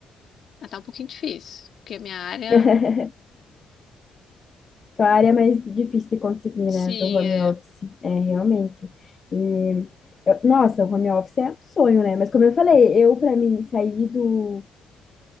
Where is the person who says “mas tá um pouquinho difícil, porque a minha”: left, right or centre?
Left